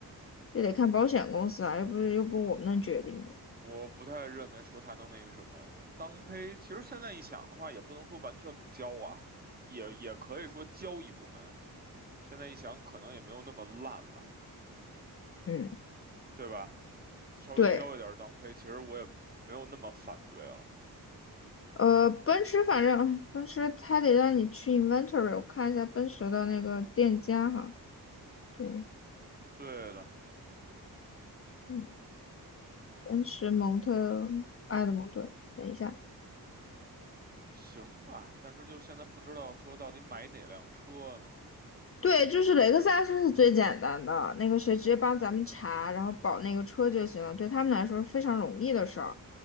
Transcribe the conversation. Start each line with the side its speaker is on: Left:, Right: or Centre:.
Left: 这得看保险公司啊，又不是又不是我们能决定的。
Right: 我不太认为说他能那个什么当胚，其实现在一想的话，也不能说完全不交啊，也也可以说交一部分啊。现在一想，可能也没有那么烂了，
Left: 嗯，
Right: 对吧？稍微交一点儿当胚，
Left: 对，
Right: 其实我也没有那么反对了。
Left: 呃，奔驰反正奔驰它得让你去 inventory，我看一下奔驰的那个店家哈。对，
Right: 对的，
Left: 嗯，奔驰蒙特埃德蒙顿，等一下。
Right: 行吧。但是就现在不知道说到底买哪辆车呢？
Left: 对，就是雷克萨斯是最简单的，那个谁直接帮咱们查，然后保那个车就行了，对他们来说是非常容易的事儿。